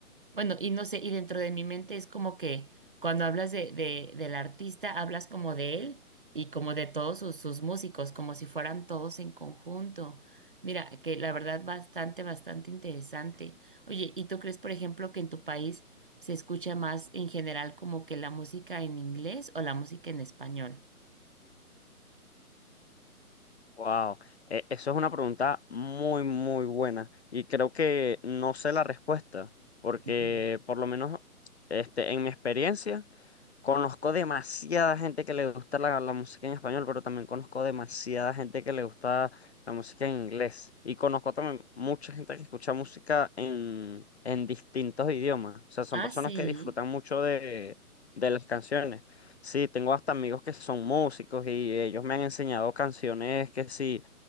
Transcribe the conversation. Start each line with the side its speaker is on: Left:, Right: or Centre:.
Right: bueno, y no sé, y dentro de mi mente es como que cuando hablas de, de, del artista, hablas como de él y como de todos sus, sus músicos, como si fueran todos en conjunto. Mira, que la verdad bastante, bastante interesante. Oye, ¿y tú crees, por ejemplo, que en tu país se escucha más en general como que la música en inglés o la música en español?
Left: Wow. Eh, eso es una pregunta muy, muy buena. Y creo que no sé la respuesta, porque
Right: Ujú.
Left: por lo menos este, en mi experiencia. Conozco demasiada gente que le gusta la, la música en español, pero también conozco demasiada gente que le gusta la música en inglés. Y conozco también mucha gente que escucha música en, en distintos idiomas. O sea, son
Right: Ah,
Left: personas
Right: sí.
Left: que disfrutan mucho de, de las canciones. Sí, tengo hasta amigos que son músicos y ellos me han enseñado canciones que sí,